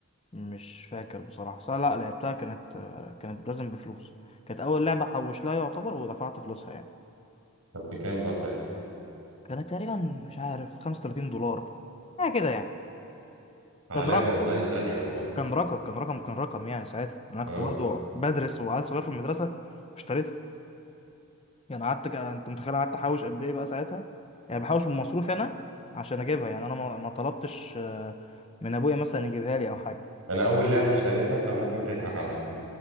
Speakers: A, on the left; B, on the right.
A: مش فاكر بصراحة بس أنا لا لعبتها كانت كانت لازم بفلوس كانت أول لعبة حوش لها يعتبر ودفعت فلوسها يعني
B: طب بكام بقى ساعتها
A: كانت تقريبا مش عارف 35 دولار حاجة كده يعني
B: على
A: كان رقم
B: لعبة اونلاين غالية والله
A: كان رقم كان رقم كان رقم يعني ساعتها أنا
B: اه
A: كنت برضه بدرس وعيل صغير في المدرسة واشتريتها يعني قعدت ك- أنت متخيل قعدت أحوش قد إيه بقى ساعتها يعني بحوش من مصروفي أنا عشان أجيبها يعني أنا ما ما طلبتش آه، من أبويا مثلا يجيبها لي أو حاجة
B: انا اول لعبة اشتريتها انت ممكن تضحك عليا